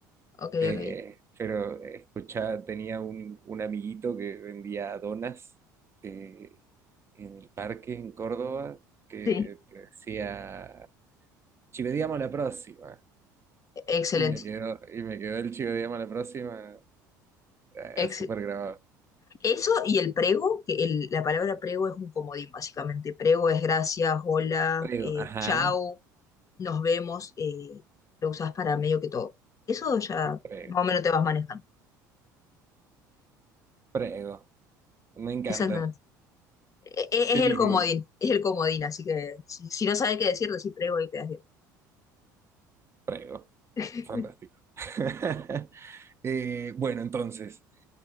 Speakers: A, on the left; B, on the right.
A: ok,
B: Eh,
A: ok.
B: pero escuchaba, tenía un, un amiguito que vendía donas eh, en el parque en Córdoba que
A: Sí.
B: te decía, chivediamo la próxima.
A: Excelente.
B: Y me quedó, y me quedó el chivediamo la próxima eh,
A: Ex-
B: súper grabado.
A: Eso y el prego, que el- la palabra prego es un comodín, básicamente. Prego es gracias, hola,
B: Prego,
A: eh,
B: ajá,
A: chao, nos vemos. eh, lo usas para medio que todo. Eso ya
B: prego,
A: más o menos te vas manejando.
B: prego. Me encanta,
A: Exactamente. E- e-
B: qué
A: Es, el
B: lindo.
A: comodín, es el comodín, así que si, si no sabes qué decir, decís prego y quedas bien.
B: Prego,
A: <laughs>
B: fantástico. <laughs> Eh, bueno, entonces.